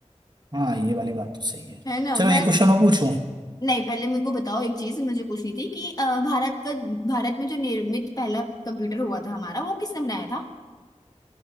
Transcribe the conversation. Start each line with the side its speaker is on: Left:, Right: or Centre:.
Right: हाँ ये वाली बात तो सही है
Left: है ना
Right: चलो
Left: मैं
Right: एक क्वेश्चन मैं पूछूं
Left: नहीं पहले मेरे को बताओ एक चीज मुझे पूछनी थी कि अ, भारत का भारत में जो निर्मित पहला कंप्यूटर हुआ था हमारा वो किसने बनाया था